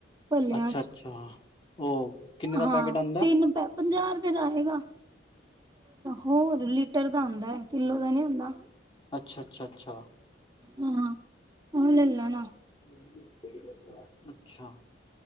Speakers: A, on the right; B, on the left.
A: ਭਲਿਆਂ
B: ਅੱਛਾ
A: ਚ
B: ਅੱਛਾ, ਓਹ ਕਿੰਨੇ ਦਾ
A: ਹਾਂ
B: ਪੈਕੇਟ ਆਂਦੈ।
A: ਤਿੰਨ ਪੈ ਪੰਜਾਹ ਰੁਪੇ ਦਾ ਆਏਗਾ। ਹੋਰ। ਲੀਟਰ ਦਾ ਹੁੰਦੈ ਕਿੱਲੋ ਦਾ ਨੀ ਹੁੰਦਾ।
B: ਅੱਛਾ ਅੱਛਾ ਅੱਛਾ।
A: ਹਾਂ ਔ ਲੱਲ ਲੈਨਾ।
B: <unintelligible> ਅੱਛਾ।